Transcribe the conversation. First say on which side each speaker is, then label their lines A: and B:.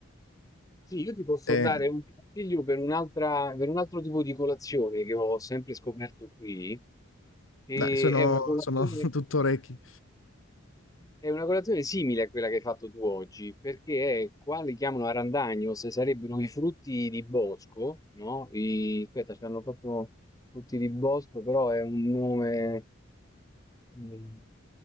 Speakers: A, on the left; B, on the left.
A: Sì, io ti posso
B: E,
A: dare un consiglio per un'altra, per un altro tipo di colazione che ho sempre scoperto qui, e
B: dai, sono,
A: è una colazione,
B: sono <laughs> tutto orecchi,
A: è una colazione simile a quella che hai fatto tu oggi, perché è qua li chiamano arandagno, se sarebbero i frutti di bosco, no? I, aspetta, c'hanno proprio frutti di bosco, però è un nome. Mhmm,